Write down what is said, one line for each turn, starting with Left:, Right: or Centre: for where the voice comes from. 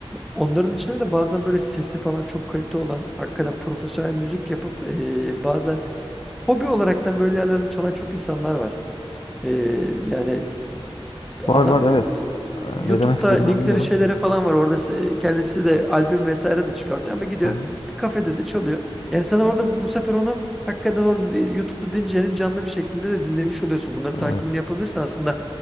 Centre: Onların içinde de bazen böyle sesi falan çok kalite olan, hakikaten profesyonel müzik yapıp e, bazen hobi olaraktan böyle yerlerde çalan çok insanlar var. E, yani
Left: Var
Centre: Adam
Left: var evet.
Centre: e,
Left: E,
Centre: YouTube'da
Left: ne demek istediğini
Centre: linkleri
Left: anlıyorum.
Centre: şeyleri falan var. Orada se- kendisi de albüm vesaire de çıkartıyor ama gidiyor
Left: Aha,
Centre: bir kafede de çalıyor. Yani sen orada bu sefer onu hakikaten orada di- YouTube'da dinleyeceğin canlı bir şekilde de dinlemiş oluyorsun. Bunları
Left: evet,
Centre: takibini yapabilirsen aslında